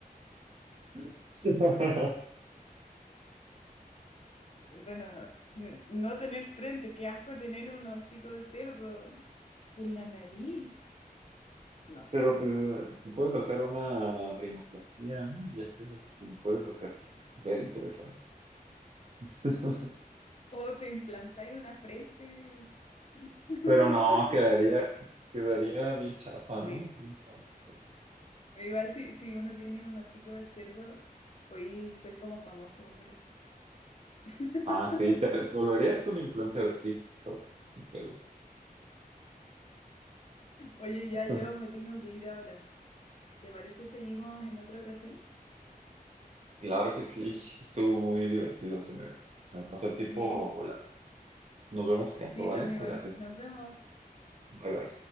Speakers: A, on the right (about 45°); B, on the left (about 40°).
A: <laughs>
B: Bueno, n- no tener frente, qué asco tener un hocico de cerdo por la nariz. No.
A: Pero pues, tú puedes hacer una rinoplastia, ¿no? Y ya quedas, lo puedes hacer ver interesante. <laughs>
B: O te implantáis una frente <laughs>
A: Pero no,
B: falsa.
A: quedaría, quedaría bien chafa,
B: Sí,
A: ¿no? Bien falso.
B: Pero igual si, si uno tiene un hocico de cerdo, podéis ser como famoso por eso. <laughs>
A: Ah, sí, te, te volverías un influencer de TikTok, sin pedos.
B: Oye, ya
A: <laughs>
B: yo me tengo que ir ahora. ¿Te parece seguimos en otra ocasión?
A: Claro que sí, estuvo muy divertido, se me, se me pasó el
B: Sí,
A: tiempo volando. Nos vemos pronto,
B: sí,
A: ¿vale?
B: a mí
A: Cuídate.
B: igual. Nos vemos.
A: Bye bye.